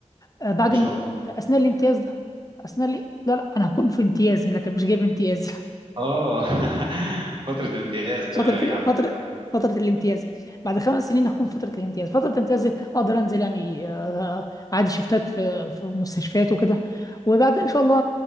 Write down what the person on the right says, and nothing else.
ما شاء
الله
اه <laughs> فترة امتياز تمام
يا
عم
تمام